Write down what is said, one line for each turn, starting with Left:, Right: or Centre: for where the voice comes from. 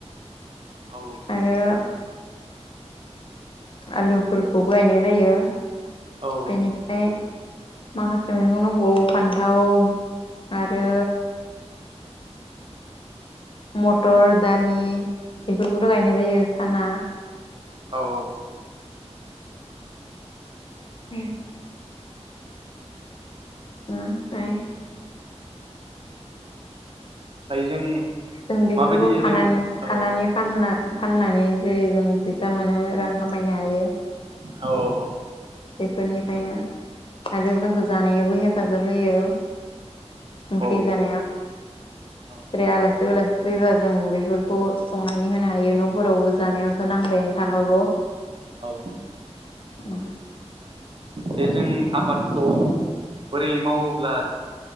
Right: औ
Left: आरो आलुफोरखौबो गायनाय जायो।
Right: औ
Left: बेनिफ्राय माखासे मैगं दंबावो फान्थाव आरो मटर दालि बेफोरखौथ' गायनाय जायो साना
Right: औ औ
Left: बे ओमफ्राय
Right: ओमफ्राय जों
Left: जों बेफोरखौ
Right: माबायदि
Left: खानानै
Right: जों
Left: खानानै
Right: औ
Left: फाननो। फाननानै जेरै जों फैसा मोनो रां खामायनो हायो।
Right: औ
Left: बेफोरनिफ्रायनो आरो जोंखौ जानायावबो हेफाजाब होयो। ओंख्रि
Right: औ
Left: जानाय
Right: औ
Left: बे आलासि उलासि <inaudible> फैबा जों बेफोरखौ संनानै होनो हायो न'फोरावबो जानायावथ' नांबायानो थाखागौ
Right: औ
Left: उम
Right: जे जों आबादखौ बोरै मावोब्ला जों